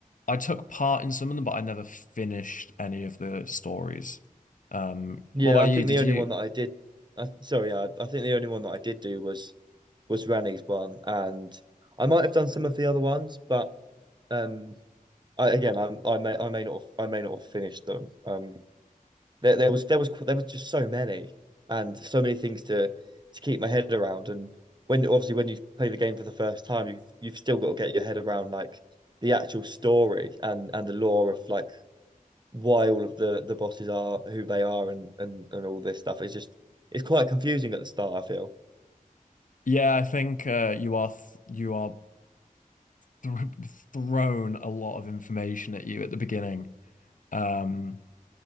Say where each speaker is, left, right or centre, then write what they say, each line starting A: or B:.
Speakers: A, on the left; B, on the right.
A: I took part in some of them, but I never finished any of the stories. Um,
B: yeah.
A: what about
B: I think
A: you? Did
B: the only
A: you?
B: one that I did, I, sorry, yeah, I think the only one that I did do was was Rani's one, and I might have done some of the other ones, but. Um, I, again, I, I may I may not have, I may not have finished them. Um, there there was there was there was just so many and so many things to to keep my head around. And when obviously when you play the game for the first time, you've you've still got to get your head around like the actual story and and the lore of like why all of the the bosses are who they are and and and all this stuff. It's just it's quite confusing at the start, I feel.
A: Yeah, I think uh, you are th you are th thrown a lot of information at you at the beginning, um,